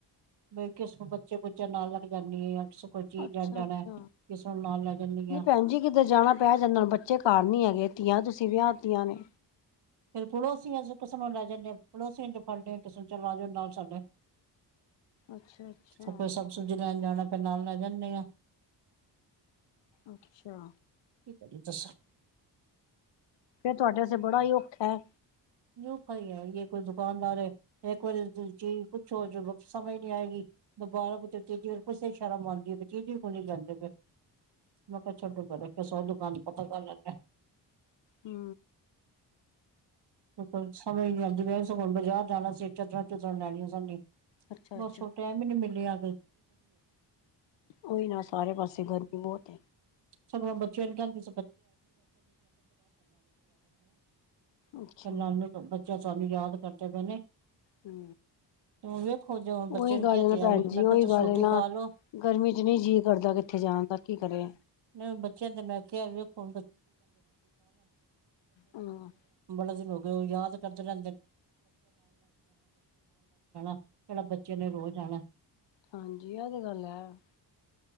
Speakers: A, on the right; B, on the left.
A: ਬ ਕਿਸ ਬੱਚੇ ਬੁੱਚੇ ਨਾਲ ਲੜ ਜਾਂਦੇ ਕਿਸੇ ਕੋਈ ਚੀਜ਼
B: ਅੱਛਾ
A: ਆਣ ਜਾਣਾ
B: ਅੱਛਾ
A: ਕਿਸੇ ਨੂੰ ਨਾਲ ਲੈ ਜਾਂਨੀ
B: ਨਹੀਂ
A: ਆਂ।
B: ਭੈਣ ਜੀ ਕਿਤੇ ਜਾਣਾ ਪੈ ਜਾਂਦਾ ਬੱਚੇ ਘਰ ਨੀ ਹੈਗੇ ਤੀਆਂ ਤੁਸੀਂ ਵਿਆਹਤੀਆਂ ਨੂੰ।
A: ਫਿਰ ਪੜੋਸੀਆਂ ਸੇ ਕਿਸੇ ਨੂੰ ਲੈ ਜਾਨੇ ਆ ਪੜੋਸੀਆਂ ਚ ਫਲਦੇ ਕਿਸੇ ਚਲੇ ਜਾਓ ਨਾਲ ਸਾਡੇ।
B: ਅੱਛਾ ਅੱਛਾ
A: ਫਿਰ ਸਭ ਸਬਜ਼ੀ ਲੈਣ ਜਾਣਾ ਫਿਰ ਨਾਲ ਲੈ ਜਾਂਦੇ ਆ।
B: ਅੱਛਾ,
A: ਚ ਦੱਸੋ,
B: ਤੁਹਾਡੇ ਵਸਤੇ ਬੜਾ ਔਖਾ।
A: ਯ ਭਾਈ ਹੈ ਕੋਈ ਦੁਕਾਨਦਾਰ ਹੈ ਇੱਕ ਵਾਰੀ ਚੀ ਸ ਸਮੇਝ ਨੀ ਆਏਗੀ ਦੁਬਾਰਾ ਵਜੇ ਤੇਜੀ ਰ ਕੁੇ ਸ਼ਰਮ ਆਦੀ ਹੈ ਤੀਜੀ ਕੋ ਨੀ ਜਾਂਦੇ ਫੇਰ, ਮੈਂ ਕਿਹਾ ਛੱਡੋਗਾ ਰੱਖਿਆ ਸੋ ਦੁਕਾਨ ਪਤਾ ਕਰ ਲੈਂਦਾ।
B: ਹੂੰ,
A: ਬਿਲਕੁਲ ਸਮਝ ਨੀ ਆਂਦੀ ਮੈਂ ਸਗੋਂ ਬਜ਼ਾਰ ਜਾਣਾ ਸੀ ਚਦਰਾਂ ਚਦਰੋ ਲੈਣੀਆਂ ਸੀ।
B: ਅੱਛਾ-ਅੱਛਾ।
A: ਬਹੁਤ ਛੋਟੇ ਆ ਮੈਨੂੰ ਮਿਲੀ ਆ।
B: ਉਹੀ ਨਾ ਸਾਰੇ ਪਾਸੇ ਗਰਮੀ ਬਹੁਤ
A: ਸਗੋਂ ਮੈਂ ਬੱਚਿਆਂ ਨੂੰ ਕਹਿੰਦੀ
B: ਅੱਛਾ,
A: ਫ ਨਾਨੂੰ ਬੱਚੇ ਸਾਨੂੰ ਯਾਦ ਕਰਦੇ ਪਏਣੇ
B: ਹੂੰ
A: ਵੇਖੋ ਬੱਚੇ
B: ਉਹੀ
A: ਨੂੰ
B: ਗੱਲ
A: ਕਿਹਾ
B: ਨਾ
A: ਤੇ
B: ਭੈਣ
A: ਆ ਮੈਂ
B: ਜੀ
A: ਕਿਹਾ
B: ਉਹੀ
A: ਤੁਸੀਂ
B: ਗੱਲ
A: ਰੋਟੀ
B: ਹੈ ਨਾ
A: ਖਾ ਲੋ।
B: ਗਰਮੀ 'ਚ ਨਹੀਂ ਜੀਅ ਕਰਦਾ ਕਿੱਥੇ ਜਾਣ ਤਾਂ ਕੀ ਕਰੇ।
A: ਨਹੀਂ ਬੱਚਿਆਂ ਤੇ ਮੈਂ ਕਿਹਾ ਵੇਖੋ।
B: ਹੂੰ,
A: <unintelligible> ਦਿਨ ਹੋ ਗਏ। ਕਿਹੜਾ ਬੱਚੇ ਨੇ ਰੋਜ਼ ਆਉਣਾ
B: ਹਾਂਜੀ ਆਹ ਤੇ ਗੱਲ ਹੈ